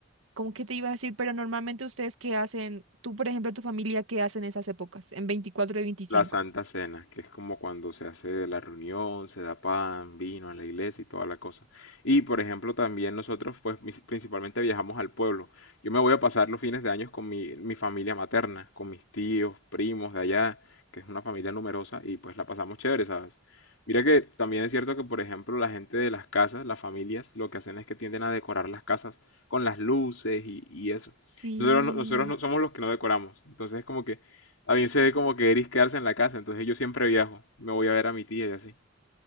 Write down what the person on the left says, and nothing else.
La Santa Cena, que es como cuando se hace la reunión, se da pan, vino en la iglesia y toda la cosa. Y por ejemplo, también nosotros, pues mis- principalmente viajamos al pueblo. Yo me voy a pasar los fines de años con mi, mi familia materna, con mis tíos, primos de allá, que es una familia numerosa, y pues la pasamos chévere, ¿sabes? Mira que también es cierto que, por ejemplo, la gente de las casas, las familias, lo que hacen es que tienden a decorar las casas con las luces y, y eso.
Nosotros, no- nosotros no somos los que no decoramos. Entonces es como que a mí se ve como que Eris quedarse en la casa, entonces yo siempre viajo. Me voy a ver a mi tía y así.